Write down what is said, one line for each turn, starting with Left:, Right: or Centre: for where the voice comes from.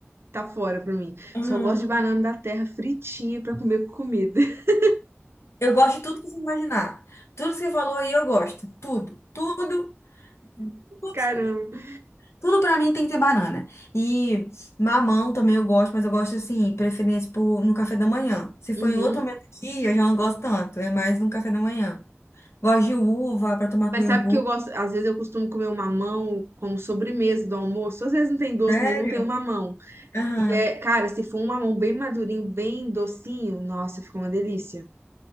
Right: tá fora pra mim.
Left: Ah,
Right: Só gosto de banana da terra fritinha pra comer com comida. <laughs>
Left: Eu gosto de tudo que você imaginar. Tudo que você falou aí eu gosto. Tudo, tudo Putz,
Right: Caramba.
Left: Tudo pra mim tem que ter banana. E mamão também eu gosto, mas eu gosto assim, preferência por, no café da manhã. Se
Right: Uhum.
Left: for em outro momento do dia, eu já não gosto tanto. É mais no café da manhã. Gosto de uva pra tomar
Right: Mas
Left: com iogurte.
Right: sabe que eu gosto, às vezes eu costumo comer um mamão como sobremesa do almoço. Às vezes não tem doce
Left: Sério?
Right: nenhum, tem um mamão.
Left: Aham.
Right: E é- cara, se for um mamão bem madurinho, bem docinho, nossa, fica uma delícia.